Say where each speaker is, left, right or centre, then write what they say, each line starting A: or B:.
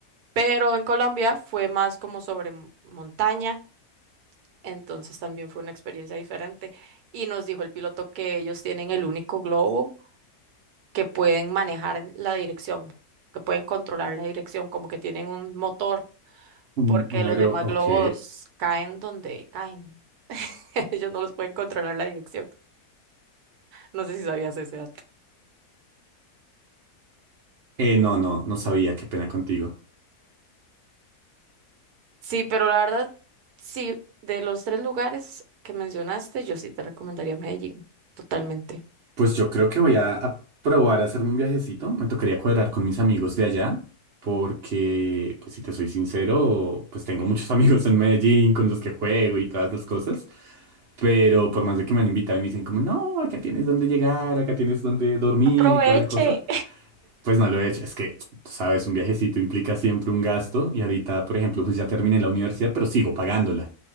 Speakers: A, on the right (about 75°); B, on the right (about 55°).
A: Pero en Colombia fue más como sobre m- montaña, entonces también fue una experiencia diferente. Y nos dijo el piloto que ellos tienen el único globo que pueden manejar en la dirección, que pueden controlar la dirección, como que tienen un motor
B: Un-
A: porque
B: un
A: los
B: negro,
A: demás
B: ok.
A: globos caen donde caen. <laughs> Ellos no los pueden controlar la dirección. No sé si sabías ese dato.
B: Eh, no, no, no sabía, qué pena contigo.
A: Sí, pero la verdad, sí, de los tres lugares que mencionaste, yo sí te recomendaría Medellín, totalmente.
B: Pues yo creo que voy a, a probar a hacerme un viajecito. Me tocaría cuadrar con mis amigos de allá, porque, pues si te soy sincero, pues tengo muchos <laughs> amigos en Medellín con los que juego y todas las cosas. Pero por más de que me han invitado y me dicen como, no, acá tienes donde llegar, acá tienes donde dormir
A: Aproveche.
B: y toda la cosa, pues no lo he hecho. Es que, tú sabes, un viajecito implica siempre un gasto y ahorita, por ejemplo, pues ya terminé la universidad, pero sigo pagándola.